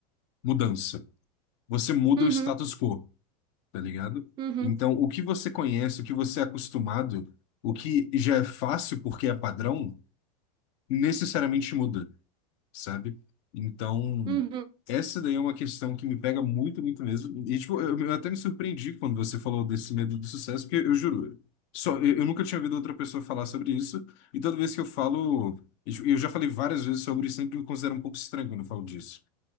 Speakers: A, on the left (about 50°); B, on the right (about 25°).
A: mudança. Você muda
B: Uhum,
A: o status quo tá ligado?
B: uhum,
A: Então, o que você conhece, o que você é acostumado, o que já é fácil porque é padrão, necessariamente muda, sabe? Então,
B: uhum.
A: essa daí é uma questão que me pega muito, muito mesmo. E, tipo, eu, eu até me surpreendi quando você falou desse medo do sucesso, porque eu juro, só, eu, eu nunca tinha ouvido outra pessoa falar sobre isso, e toda vez que eu falo, e, tipo, eu já falei várias vezes sobre isso, sempre me considero um pouco estranho quando eu falo disso.